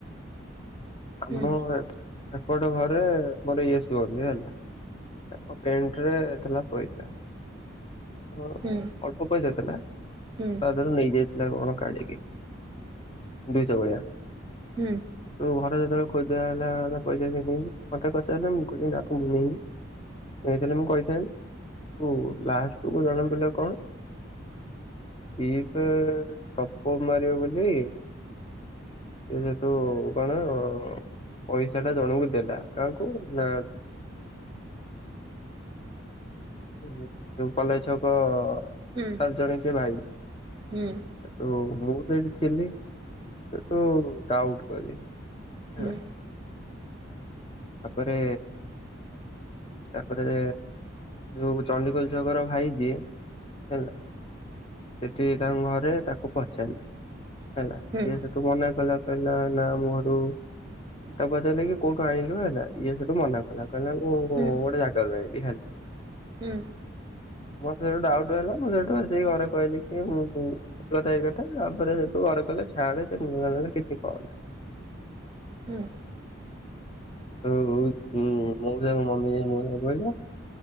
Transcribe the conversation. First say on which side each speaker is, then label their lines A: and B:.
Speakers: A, on the left; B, on the right.
A: ଆମ
B: ହୁଁ
A: ଏପଟ ଘରେ ମୋରୋ ଇଏ ଶୁଅନ୍ତି ହେଲା <unintelligible> ପେଣ୍ଟେରେ ଥିଲା ପଇସା। ହଁ
B: ହୁଁ
A: ଅଳ୍ପ ପଇସା ଥିଲା ତା
B: ହୁଁ
A: ଦେହରୁ ନେଇଯାଇ ଚିନା କଣ କାଢିକି ଦୁଇଶ ଭଳିଆ।
B: ହୁଁ।
A: <unintelligible> ଘରେ ଯେତୋବୋଳେ ଖୋଜା ହେଲା ହେଲା ପଇସା କିଏ ନେଇଚି ମତେ ପଚାରିଲେ ମୁଁ କହିଲି ନା ତ ମୁଁ ନେଇନି। ନେଇଥିଲେ ମୁଁ କହିଥାନ୍ତି <unintelligible> ଲାଷ୍ଟକୁୁ ଜଣା ପଇଲା କଣ? ଫ୍ରି ଫାୟାର ଟପ ଅପ ମାରିବ ବୋଲି ସିଏ ସେଠୁ କଣ ତ ପଇସା ଟା ଜଣଙ୍କୁ ଦେଲା କାହାକୁ ନା ଉଁହୁଁ ଯୋଉ କଲେଜ୍ ଛକ
B: ହୁଁ।
A: ତାର ଜଣେ ସିଏ ଭାଇ।
B: ହୁଁ।
A: ହେଟୁ ମୁଁ ସେଇଠି ଥିଲି ସେଟୁ ଡାଉଟ କଲି ହେଲା।
B: ହୁଁ ହୁଁ
A: ତାପରେ ତାପରେ ଯୋଉ ଚଣ୍ଡିଖୋଲ ଛକର ଭାଇ ଯିଏ। ହେଲା ସେଠି ତାଙ୍କ ଘରେ ତାକୁ ପଚାରିଲେ ହେଲା
B: ହୁଁ
A: ଇଏ ଠୁ ମନା କଲା କହିଲା ନା ମୁଁ ଘରୁ ତାକୁ ପଚାରିଲେ କିି କୋଉଠୁ ଆଇଁଲୁ ହେ ଇଏ ସେଠୁ ମନା କଲା କହିଲା ମୁଁ ଗୋଟେ
B: ହୁଁ
A: ଜାଗା ରୁ ଆଇଁଲି ହେଲା।
B: ହୁଁ।
A: ମତେ ହେଟୁ ଡାଉଟ ହେଲା ମୁଁ ସେଠୁ ଆସିକି ଘରେ କହିଲି କି ମୁଁ <unintelligible> ଏଇ କଥା ଏଇ କଥା ତାପରେ ସେଠୁ ଘରେ କହିଲେ ଛାଡେ ସେ ନେଲା ନେଲା କିଛି କହନା।
B: ହୁଁ।
A: ସେଟୁ ଉଁ ମୋଉଷା ଙ୍କୁ ମମି ଯାଇ ମୋଉଷାଙ୍କୁ କହିଲା।